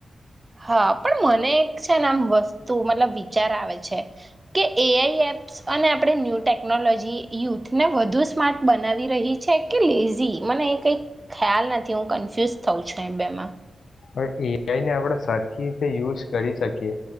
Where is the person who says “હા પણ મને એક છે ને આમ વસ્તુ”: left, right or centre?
Right